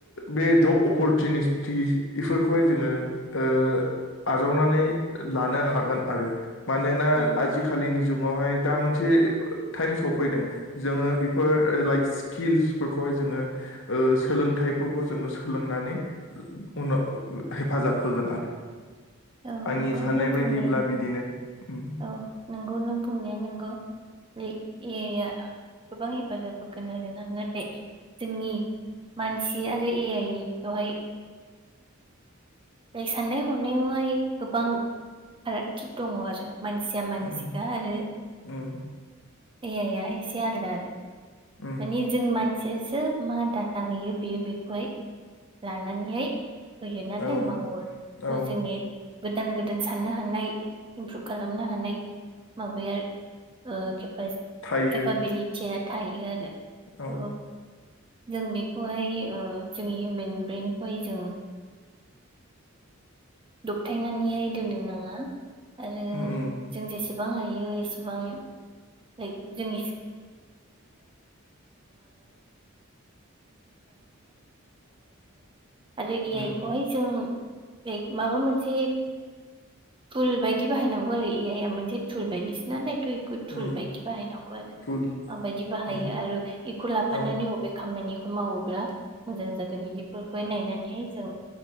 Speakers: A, on the left (about 65°); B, on the right (about 25°).
A: बे जब अपरटिसनिसटिस इफोरखौ खौहाय जोङो ओ आजावनानै लानो हागोन आरो मानोना
B: औ
A: आजिखालिनि जुगावहाय दा मोनसे टाइम सफैदों जोङो बेफोर लाइक स्किल्सफोरखौहाय जोङो ओ सोलोंथाइफोरखौ जोङो सोलोंनानै उनाव हेफाजाब होगोन आरो
B: औ
A: आंनि
B: नोंगौ
A: साननाय
B: नों
A: बायदिब्ला
B: बुंनाया
A: बिदिनो उम
B: औ नोंगौनो बुंनाया नोंगौ। नै ए आइ आ गोबां हेफाजाब होगोन आरोना नाथाय जोंनि मानसि आरो ए आइ खौहाय बे साननाय हनायावहाय गोबां फारागथि दङ आरो मानसिया मानसिखा
A: उम
B: आरो
A: उम
B: ए आइ आ इसे आलदा आरो
A: उम
B: माने जों मानसियासो मा दा जाहैयो बेयो बेखौहाय लानानैहाय होयो नालाय
A: औ
B: मावो थ
A: औ
B: जोंनि गोदान गोदान साननो हानाय इमप्रुभ खालामनो हानाय माबाया ओ खेब <unintelligible>
A: थायो
B: केपाबिलिथिआ थायो आरो
A: औ
B: थ जों बेखौहाय जोंनि हिउमेन ब्रेनखौहाय जों दबथायनानैहाय दोननो नाङा। आरो
A: उम उम
B: जों जेसेबां एसेबां हायो जेसेबां लाख जोंनि आरो ए
A: उम
B: आइ खौहाय जों लायख माबा मोनसे फुल बायदि बाहायनांगौ आरो ए आइआ मोनसे फुल बायदिसोनालाय। थ इखौ थुल
A: उम
B: बायदि बाहायनांगौ आरो
A: थुल
B: माबायदि बाहायो
A: उम
B: आरो इखौ लाफानानै
A: औ
B: अबे खामानिखौ बेखौ मावोब्ला मोजां जागोन इदिफोरखौहाय नायनानैहाय जों